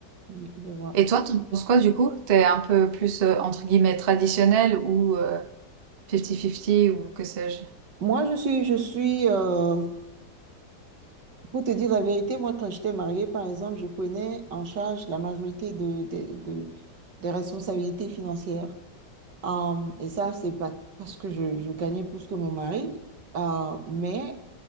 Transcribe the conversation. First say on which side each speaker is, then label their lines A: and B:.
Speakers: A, on the right (about 80°); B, on the right (about 45°).
A: oui, je vois.
B: Et toi, tu penses quoi du coup? T'es un peu plus euh, entre guillemets traditionnel ou euh, 50-50 ou que sais-je?
A: Moi, je suis, je suis, euh, pour te dire la vérité, moi, quand j'étais mariée, par exemple, je prenais en charge la majorité de, de- de- des responsabilités financières. Euh, et ça, c'est pas parce que je, je gagnais plus que mon mari, Euh, mais